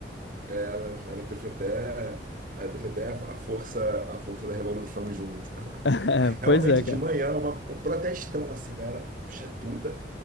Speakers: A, on the right; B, on the left.
A: Ela, ela trouxe até, ela trouxe até a a força, a força da revolução junto.
B: <laughs>
A: <laughs> Realmente,
B: Pois é,
A: de
B: cara.
A: manhã, uma- um protestão, assim, galera, puxa puta.